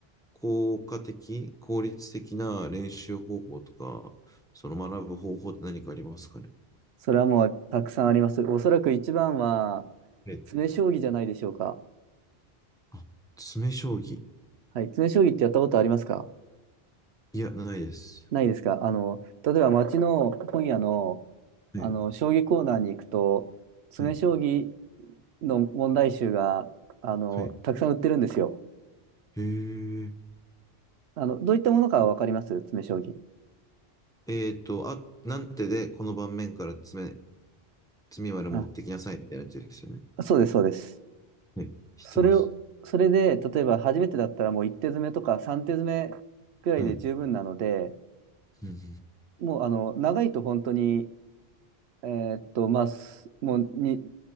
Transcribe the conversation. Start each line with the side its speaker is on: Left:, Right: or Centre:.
Centre: 効果的、効率的な練習方法とか、その学ぶ方法って何かありますかね
Right: それはもうたくさんあります。おそらく一番は、
Centre: え、
Right: 詰将棋じゃないでしょうか。
Centre: あ、詰将棋。
Right: はい。詰将棋ってやったことありますか
Centre: いや、ないです。
Right: ないですかあの、例えば街の本屋の、
Centre: はい、
Right: あの、将棋コーナーに行くと、詰将棋
Centre: はい、
Right: の問題集が、あの、
Centre: はい。
Right: たくさん売ってるんですよ。
Centre: へえ。
Right: あの、どういったものかわかります詰将棋。
Centre: えっと、あ、なんてで、この盤面から詰め、詰みまで持ってきなさいみたいなやつですよね。
Right: あ、そうです、そうです。
Centre: はい、知ってます。
Right: それを、それで、例えば初めてだったらもう1手詰めとか3手詰めくらいで十分なので、
Centre: はい。うんうん
Right: もうあの長いと本当にえーっと、まあ、すもうに、